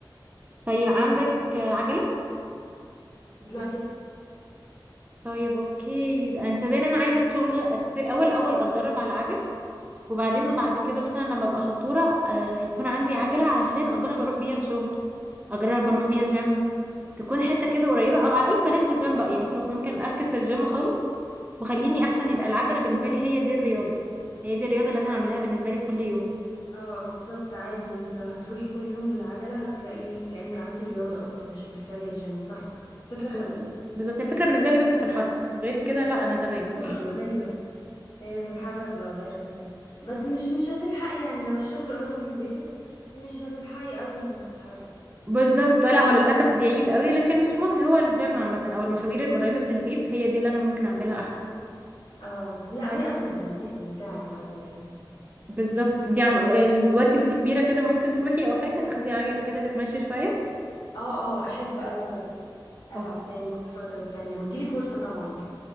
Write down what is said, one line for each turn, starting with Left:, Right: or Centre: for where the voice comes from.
Right: طيب عندك آه، عجله
Left: دلوقتي
Right: طيب اوكي يبقى انت باين انا عايزه ان شاء الله اشتري اول اول اتدرب على عجل وبعدين بعد كده مثلا لما ابقى شطوره آه، يكون عندي عجله علشان اجرب اروح بيها الشغل اجرب اروح بيها الجيم تكون حته كده قريبه او على الاقل بلاش الجيم بقى يعني خلاص ممكن افكس للجيم خالص وخليني احسن يبقى العجله بالنسبه لي هي دي الرياضه هي دي الرياضه اللي انا هعملها بالنسبه لي كل يوم
Left: اه بالظبط عادي انت لو هتروحي كل يوم بالعجله هتلاقي كانك عملتي رياضه اصلا مش محتاجه جيم صح فكره حلوه
Right: بالظبط بالظبط الفكره بالنسبه لي بس في الحر غير كده لا انا تمام
Left: <laughs> صح
Right: يعني
Left: ايوه هي في الحر هتبقى بايخة شوية بس مش مش هتلحقي يعني لو الشغل قريب من بيتك مش هتلحقي قوي يعني تتحري
Right: بالظبط لا هو للاسف بعيد قوي لكن مش مهم هو الجيم عامه او المشاوير
Left: <laughs>
Right: القريبه من البيت هي دي اللي انا ممكن اعملها احسن
Left: اه لا
Right: حلو.
Left: هي اصلا مسلية ممتعة العجلة يعني
Right: بالظبط دي عم... ال- دلوقتي وانت كبيره كده ممكن تروحي او حاجه تاخدي عجله كده تتمشي شويه
Left: اه اه احب قوي اجرب العب
Right: أو-
Left: تاني كل فترة والتانية لما تجيلي فرصة طبعا يعني